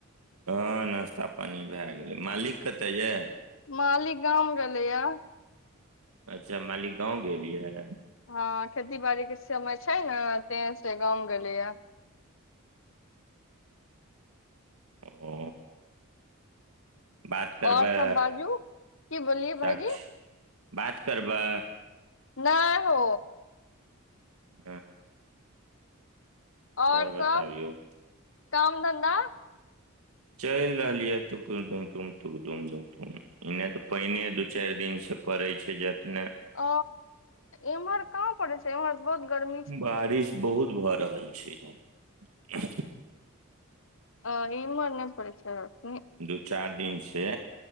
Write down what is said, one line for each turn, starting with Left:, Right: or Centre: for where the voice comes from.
Right: हँ नाश्ता पानी भए गेलै मालिक कतऽ यऽ
Left: मालिक गाम गेलैय य।
Right: अच्छा मालिक गाँव गेल यै।
Left: हँ खेती बाड़ी केँ समय छै नऽ ते से गाँव गेलै यऽ
Right: ओ बात करबै
Left: और सब बाजू की बोललियै भाईजी
Right: साक्षी बात करबै।
Left: नय हो।
Right: <unintelligible>
Left: आओर
Right: और बताबियौ
Left: सब काम धन्धा
Right: चलि रहलियै तुकूम टुम टुम <unintelligible> एने तऽ पाइने दू चारि दिनसँ पड़ैय छै जेतने।
Left: अ एमहर काँहा पड़े छै एमहर बहुत गरमी
Right: बारिश बहुत भऽ रहल छै इधर
Left: आ ईमहर नै परे छै अखनी
Right: दू चारि दिन से